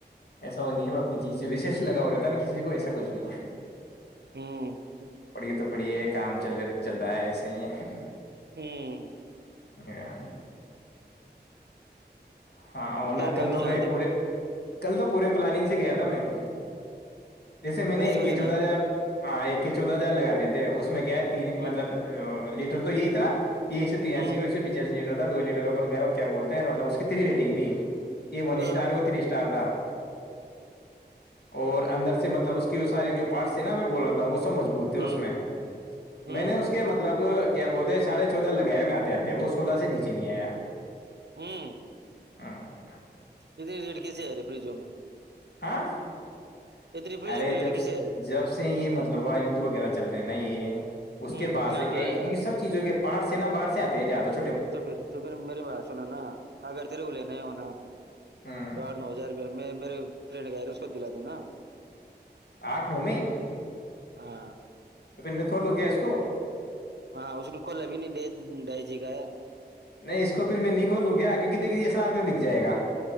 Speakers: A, on the left; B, on the right.
A: ایسا وہ نہیں ہے اپنی چیز سے وشیش لگا رہتا نا کسی کو ایسا کچھ نہیں ہے
B: ہوں ہ
A: پڑھیے تو پڑھیے کام چل چل رہا ہے ایسے ہی ہے
B: ہوں
A: ا <unintelligible> ہاں نقل
B: تیری بھابھی
A: تو
B: جان
A: بھائی پورے کل تو پورے پلاننگ سے گیا تھا میں جیسے میں
B: فریج
A: نے ایک
B: کو لینے
A: کے چودہ ہزار ہاں ایک کے چودہ ہزار لگا دیتے میں کیا ہے تین
B: ہوں
A: مطلب لیٹر <unintelligible> ٹر تو یہ تھا <unintelligible> یہس تو یہیا
B: ہوں
A: س ہو پچا س <unintelligible> تھا دو لیٹر کا پر گئے اور کیا بولتے ہیں مطلب اس کی تری ریٹگ ت <unintelligible> یہ ون
B: ہوں
A: اسٹار اور تھری اسٹار کا اور اندر سے مطلب اس <unintelligible> وہ ساری جو پار س نا میں بول رہا تھا <unintelligible> ن <unintelligible> سو مضبوط ہو
B: ہوں
A: اس میں
B: ہوں
A: میں نے اس کے مطلب <unintelligible> کیا بولتے ہیں سڑھے چودہ لگایا میں آتے آتے ہیں وہ سولہ سے نیچے نہیں آیا <unintelligible>
B: ہوں <unintelligible>
A: ہ <unintelligible>
B: اتنے ریٹ کیسے ہے رے فجی میں
A: آاں <unintelligible>
B: اتنی فریجوں
A: ارے
B: میں
A: جب
B: ریٹ کیسے ہے
A: جب سے یہ مطلب مطلب وہ یدھ وغیرہ چل رہے نا یہ <unintelligible> اس
B: ہ
A: کے بعد
B: ہاں
A: سے کیا کیکہ
B: یار
A: سب چیزوں کے پار سے نہ بادرشیا سے زیاد <unintelligible>
B: تو پھر تو پھر میری بات سنو نا اگر تیرے کو لنے ہے ہوناا
A: ہوں
B: س آٹھ نو ہزار روپ میں میرے ف <unintelligible> گ ر اس کو دلا ت نا <unintelligible>
A: آٹھ نو م <unintelligible>
B: ہاں <unintelligible>
A: تو پھر میں کھولو گیا اس کو
B: ہاں اس نے کول ابھی نہیں ڈے ڈائ جے کاا ہے
A: نہیں اس کو پھر میں نہیں کھولوں گ کیونکہ دیکھجے ساتھ میں بک جائے گا